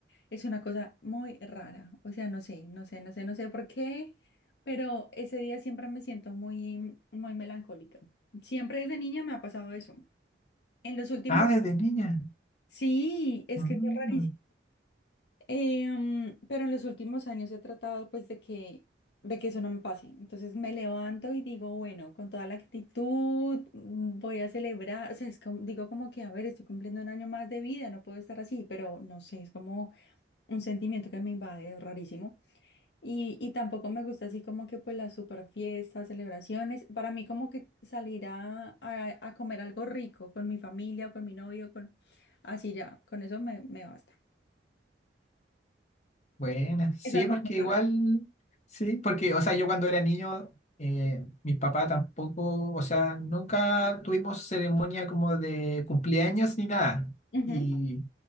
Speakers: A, on the left (about 65°); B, on the left (about 40°).
A: Es una cosa muy rara. O sea, no sé, no sé, no sé, no sé por qué, pero ese día siempre me siento muy, muy melancólica. Siempre desde niña me ha pasado eso. En los últimos
B: Ah, desde niña.
A: Sí, es
B: Mm.
A: que es rarísimo. Eh, mm, pero en los últimos años he tratado pues de que, de que eso no me pase. Entonces me levanto y digo, bueno, con toda la actitud mm, voy a celebrar. O sea, es como, digo como que, a ver, estoy cumpliendo un año más de vida, no puedo estar así, pero no sé, es como un sentimiento que me invade, es rarísimo. Y, y tampoco me gusta así como que pues las super fiestas, celebraciones. Para mí como que salir a, a- a comer algo rico con mi familia o con mi novio, con así ya, con eso me, me basta.
B: Bueno, sí,
A: Es algo
B: porque
A: muy raro.
B: igual, sí, porque, o sea, yo cuando era niño, eh, mis papás tampoco, o sea, nunca tuvimos ceremonia como de cumpleaños ni nada.
A: Ujú.
B: Y